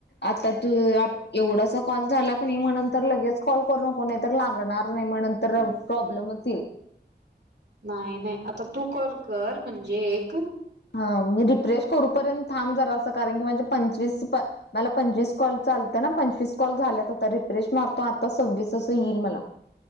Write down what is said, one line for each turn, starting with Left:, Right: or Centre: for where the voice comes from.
Left: आत त्यातु अप ए, वढासा कॉल झाला कनी म नंतर लगेच कॉल करू नको नाही तर लागणार नाही म नंतरन प्रॉब्लेमच ईल.
Right: नाही नाही आता तू कर कर म्हणजे एक
Left: हा मी रिफ्रेश करूपर्यंत थांब जरासं कारण की माझे पंचवीस प मला पंचवीस कॉल चालत न पंचवीस कॉल झाल्यात आता रिफ्रेश मारतो आता सव्वीस तो येईल मला,